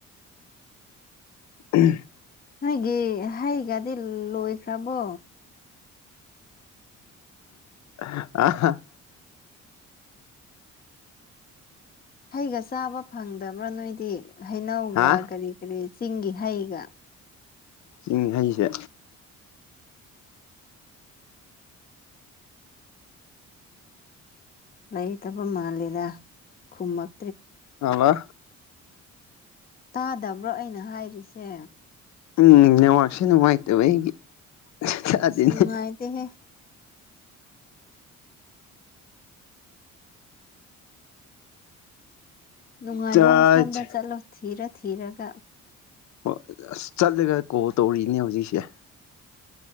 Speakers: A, on the left; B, on the left.
A: ꯎꯝ
B: ꯅꯣꯏꯒꯤ ꯍꯥꯏꯒꯗꯤ ꯂꯣꯏꯈ꯭ꯔꯕꯣ
A: ꯑ
B: ꯍꯩꯒ ꯆꯥꯕ ꯐꯪꯗꯕ꯭ꯔꯥ ꯅꯣꯏꯗꯤ ꯍꯩꯅꯧꯒ
A: ꯍꯥ
B: ꯀꯔꯤ ꯀꯔꯤ ꯁꯤꯡꯒꯤꯒꯤ ꯍꯩꯒ
A: ꯆꯤꯡ ꯍꯩꯁꯦ
B: ꯂꯩꯇꯕ ꯃꯥꯜꯂꯤꯗ ꯈꯨꯃꯛ
A: ꯍꯂ
B: ꯇꯥꯗꯕ꯭ꯔꯣ ꯑꯩꯅ ꯍꯥꯏꯔꯤꯁꯦ
A: ꯎꯝ ꯅꯦꯋꯔꯥꯛꯁꯤ ꯅꯨꯡꯉꯥꯏꯇꯕ ꯑꯩꯒꯤ ꯇꯥꯗꯦꯅꯦ
B: ꯅꯨꯅꯨꯡꯃꯥꯏꯗ ꯍ ꯅꯨꯡꯉꯥꯏꯕ
A: ꯆꯥꯏꯁ
B: ꯃꯐꯝꯗ ꯆꯠꯂꯣ ꯊꯤꯔ ꯊꯤꯔꯒ
A: ꯍꯣꯏ ꯑꯁ ꯆꯠꯂꯒ ꯀꯣꯜ ꯇꯧꯔꯤꯅꯦ ꯍꯧꯖꯤꯛꯁꯦ